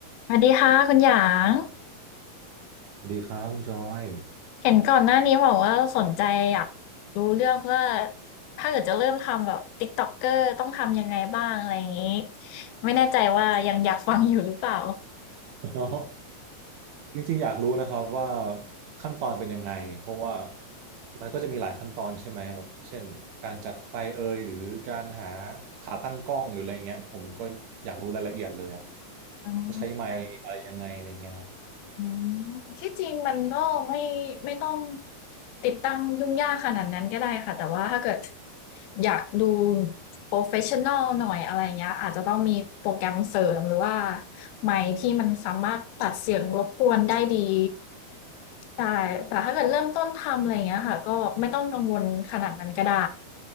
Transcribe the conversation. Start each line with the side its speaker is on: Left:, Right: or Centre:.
Left: สวัสดีค่ะคุณหยาง
Right: สวัสดีครับคุณจอย
Left: เห็นก่อนหน้านี้บอกว่าสนใจอยากรู้เรื่องว่าถ้าเกิดจะเริ่มทำแบบติ๊กต็อกเกอร์ต้องทำยังไงบ้างอะไรอย่างนี้ไม่แน่ใจว่ายังอยากฟังอยู่หรือเปล่า
Right: เนาะจริงๆอยากรู้นะครับว่าขั้นตอนเป็นยังไงเพราะว่ามันก็จะมีหลายขั้นตอนใช่ไหมแบบเช่นการจัดไฟเอยหรือการหาขาตั้งกล้องหรืออะไรเงี้ยผมก็อยากรู้รายละเอียดเลยอ่ะ
Left: อืม
Right: ว่าใช้ไมค์อะไรยังไงอะไรเงี้ยครับ
Left: อืมที่จริงมันก็ไม่ไม่ต้องติดตั้งยุ่งยากขนาดนั้นก็ได้ค่ะแต่ว่าถ้าเกิดอยากดูโปรเฟชชั่นอลหน่อยอะไรเงี้ยอาจจะต้องมีโปรแกรมเสริมหรือว่าไมค์ที่มันสามารถตัดเสียงรบกวนได้ดีใช่แต่ถ้าเกิดเริ่มต้นทำอะไรเงี้ยค่ะก็ไม่ต้องกังวลขนาดนั้นก็ได้